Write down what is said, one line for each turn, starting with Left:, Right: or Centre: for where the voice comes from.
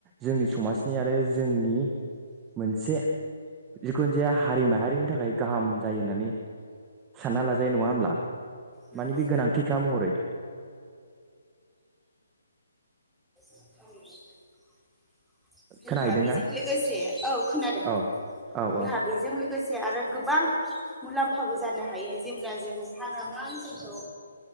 Right: जोंनि समाजनि आरो जोंनि मोनसे जिखुनु जाया हारि माहारिनि थाखाय गाहाम जायो होननानै सानना लाजायो नङा होमब्ला?
Centre: नंगौ
Right: मानि
Centre: नंगौ
Right: बे गोनांथिखा महरै
Centre: <inaudible> जोंहा
Right: खोनाहैदोंना
Centre: बेजों लोगोसे औ खोनादों
Right: औ औ
Centre: जोंहा
Right: औ
Centre: बेजों लोगोसे से आरो गोबां मुलाम्फाबो जानो हायो जेब्ला जों हाग्रामा ओनसोलखौ